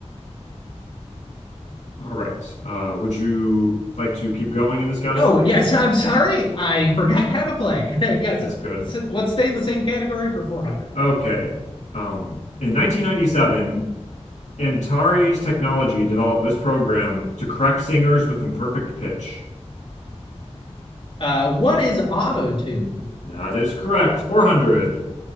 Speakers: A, on the left (about 85°); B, on the left (about 50°).
A: All right. Uh, would you like to keep going in this category?
B: Oh, yes, I'm sorry. I forgot how to play. <laughs> yes,
A: That's good.
B: s- let's stay in the same category for 400.
A: Okay. Um, in 1997, Antares Technology developed this program to correct singers with imperfect pitch.
B: Uh, what is auto tune?
A: That is correct. 400.